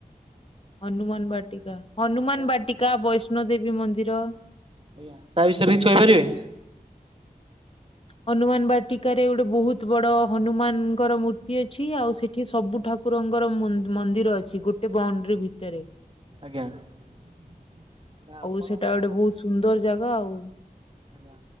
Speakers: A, on the left (about 40°); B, on the right (about 40°).
A: ହନୁମାନ୍ ବାଟିକା ହନୁମାନ୍
B: ଆଜ୍ଞା
A: ବାଟିକା ବୈଷ୍ଣୋ ଦେେବୀ ମନ୍ଦିର।
B: ଆଜ୍ଞା ତା ବିଷୟରେ କିଛି କହିପାରିବେ?
A: ହନୁମାନ୍ ବାଟିକାରେ ଗୋଟେ ବହୁତୂ ବଡ ହନୁମାନଙ୍କର ମୂର୍ତ୍ତି ଅଛି। ଆଉ ସେଠି ସବୁଠାକୁ ଠାକୁରଙ୍କର ମୁ ମନ୍ଦିର ଅଛି ଗୋଟେ ବ୍ରାଉଣ୍ଡ୍ରି ଭିତରେ।
B: ଆଜ୍ଞା। ନା ଆପଣ
A: ଆଉ ସେଟା
B: କଣ
A: ଗୋଟେ ବହୁତ ସୁନ୍ଦର ଜାଗା ଆଉ।
B: ଆଜ୍ଞା